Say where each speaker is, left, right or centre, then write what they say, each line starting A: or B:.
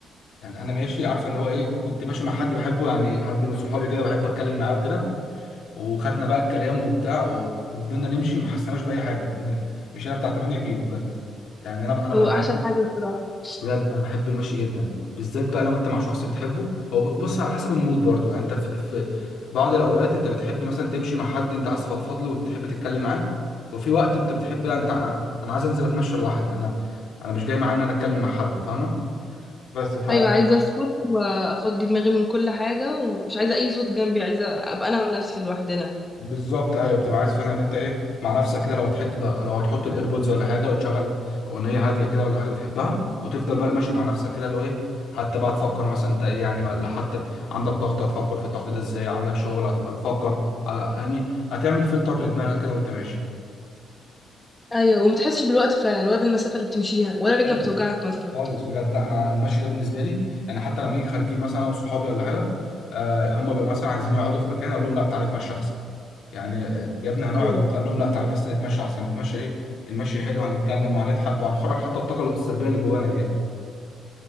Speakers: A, on the left; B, on the left.
A: يعني انا ماشي عارفه اللي هو ايه كنت ماشي مع حد بحبه يعني حد من صحابي كده بحب اتكلم معاه وكده وخدنا بقى الكلام وبتاع وفضلنا نمشي ما حسيناش باي حاجه مشينا بتاع 8 كيلو بجد يعني انا انا بقى
B: هو أحسن
A: بحب
B: حاجة الصراحة
A: بجد انا بحب المشي جدا بالذات بقى لو انت مع شخص بتحبه هو ب- بص على حسب المود برضو يعني انت في, في بعض الاوقات انت بتحب مثلا تمشي مع حد انت عايز تفضفض له وتحب تتكلم معاه وفي وقت انت بتحب لا انت ع- انا عايز انزل اتمشى لوحدي انا انا مش جاي معايا ان انا اتكلم مع حد فاهمه بس ف
B: ايوه عايزه اسكت وافضي دماغي من كل حاجه ومش عايزه اي صوت جنبي عايزه ابقى انا ونفسي لوحدنا
A: بالظبط ايوه بتبقى عايز فعلا ان انت ايه مع نفسك كده لو هتحط لو هتحط الايربودز ولا حاجه وتشغل اغنيه هاديه كده ولا حاجه بتحبها وتفضل بقى ماشي مع نفسك كده اللي هو ايه حتى بقى تفكر مثلا انت ايه يعني ولا حتى عندك ضغط هتفكر في الضغط ده ازاي عندك شغل هت- هتفكر آه، يعني هتعمل فلتر لدماغك كده وانت ماشي
B: ايوه وما تحسش بالوقت فعلا ولا بالمسافه اللي بتمشيها ولا رجلك
A: خالص
B: بتوجعك مثلا
A: خالص بجد لا انا المشي ده بالنسبه لي يعني حتى لما نيجي خارجين مثلا انا وصحابي ولا حاجه آه، هم بيبقوا مثلا عايزين يقعدوا في مكان اقول لهم لا تعالوا نتمشى احسن يعني يا ابني هنقعد
B: ايوه
A: وبتاع قال لهم لا تعالى بس نتمشى احسن نتمشى ايه المشي حلو هنتكلم وهنضحك وهنخرج حتى الطاقه السلبيه اللي جوانا دي يعني.